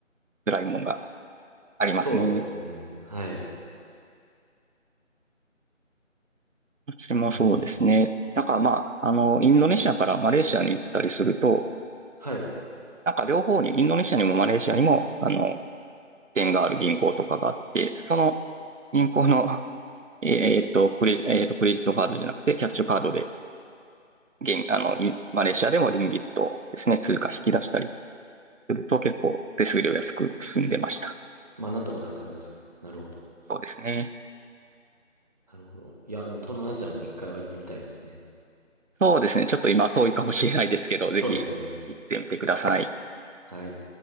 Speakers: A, on the right; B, on the right.
A: 辛いもんがありますね。
B: そうですね。はい。
A: 私もそうですね。
B: えー
A: なんかまあ、あの、インドネシアからマレーシアに行ったりすると、
B: はい。
A: なんか両方に、インドネシアにもマレーシアにも、あの、支店がある銀行とかがあって、その銀行の、えーっと、クレジ、えーっと、クレジットカードじゃなくて、キャッシュカードで、現、あの、いマレーシアでもリンギットですね、通貨引き出したりすると結構手数料安く済んでました。
B: まあ、なんとかなる感じですかね。なるほど。
A: そうですね。
B: なるほど。いや、でも東南アジアも一回は行ってみたいですね。
A: そうですね。ちょっと今遠いかもしれないですけど、ぜひ行ってみてください。
B: そうですね。はい。